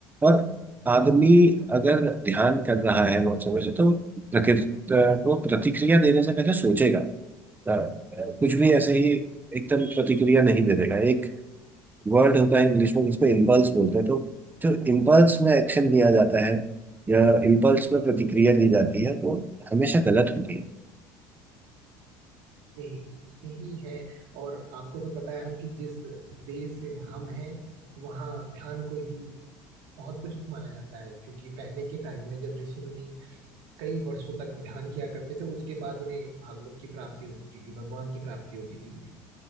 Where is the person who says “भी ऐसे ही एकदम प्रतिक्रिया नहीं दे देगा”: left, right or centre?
Right